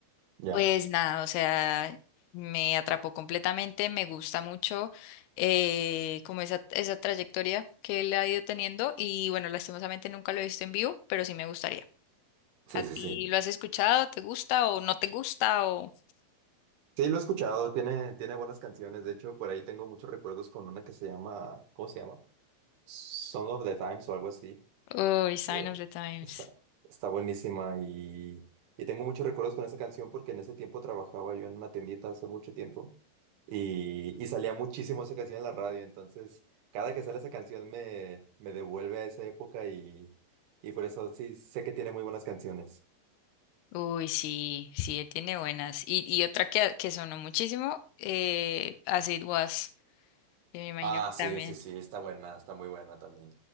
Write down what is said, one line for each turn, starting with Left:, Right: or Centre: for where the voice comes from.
Right: ya,
Left: pues nada, o sea, me atrapó completamente, me gusta mucho eh, como esa, esa trayectoria que él ha ido teniendo y bueno, lastimosamente nunca lo he visto en vivo, pero sí me gustaría.
Right: sí,
Left: ¿A
Right: sí,
Left: ti
Right: sí.
Left: lo has escuchado? ¿Te gusta o no te gusta? O...
Right: Sí, lo he escuchado, tiene, tiene buenas canciones, de hecho, por ahí tengo muchos recuerdos con una que se llama, ¿cómo se llama? Song of the Times o algo así,
Left: Oh, Sign
Right: que
Left: of the Times.
Right: está, está buenísima y, y tengo muchos recuerdos con esa canción porque en ese tiempo trabajaba yo en una tiendita hace mucho tiempo y, y salía muchísimo esa canción en la radio, entonces cada que sale esa canción me, me devuelve a esa época y, y por eso sí sé que tiene muy buenas canciones.
Left: Uy, sí, sí, tiene buenas. Y, y otra que, que sonó muchísimo, eh, As It Was, que me imagino
Right: Ah,
Left: que
Right: sí,
Left: también.
Right: sí, sí, está buena, está muy buena también.